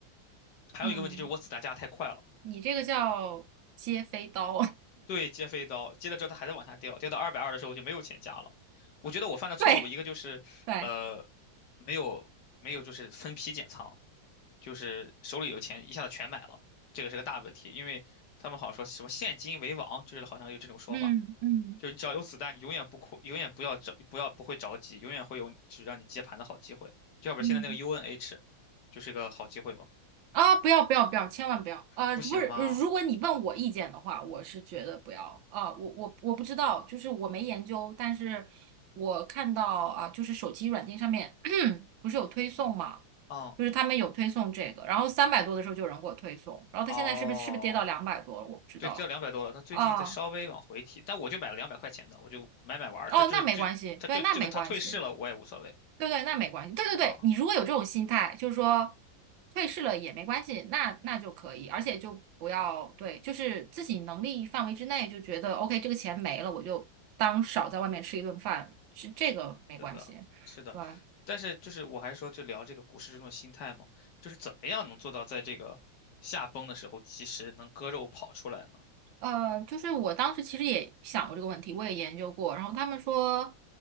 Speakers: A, on the left; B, on the right.
A: 还有一个问题就是我子弹加的太快了。
B: 嗯，你这个叫接飞刀，<laughs>
A: 对，接飞刀，接了之后它还在往下掉，掉到二百二的时候我就没有钱加了。我觉得我犯的错误一个就是，
B: 对对，
A: 呃，没有没有就是分批减仓，就是手里有钱一下子全买了，这个是个大问题，因为他们好像说什么现金为王，就是好像有这种说法，
B: 嗯嗯
A: 就是你只要有子弹，你永远不哭，永远不要着，不要不会着急，永远会有就是让你接盘的好机会。就要不然现在那个
B: 嗯。
A: UNH 就是个好机会嘛，
B: 啊，不要不要不要，千万不要！呃，
A: 不行吗？
B: 不是，呃如果你问我意见的话，我是觉得不要啊、我我我不知道，就是我没研究，但是我看到啊、就是手机软件上面 <clears throat> 不是有推送嘛，
A: 嗯，
B: 就是他们有推送这个，然后三百多的时候就有人给我推送，然后他现在是不是是不是跌到两百多了？
A: 哦。
B: 我不知道
A: 对，掉两百多了，他最近在稍微往回提，
B: 啊。
A: 但我就买了两百块钱的，我就买买玩儿。
B: 哦，
A: 它就是这，
B: 那没关系，
A: 他就这个他退市了，
B: 对，那没关系。
A: 我也无所谓
B: 对对，那没关系。对对对，
A: 啊。
B: 你如果有这种心态，就是说退市了也没关系，那那就可以，而且就不要对，就是自己能力范围之内，就觉得 OK，这个钱没了，我就当少在外面吃一顿饭，是这个没关系。
A: 是的，是的，
B: 对，吧？
A: 但是就是我还是说，就聊这个股市这种心态嘛，就是怎么样能做到在这个下崩的时候及时能割肉跑出来呢？
B: 呃，就是我当时其实也想过这个问题，我也研究过。然后他们说，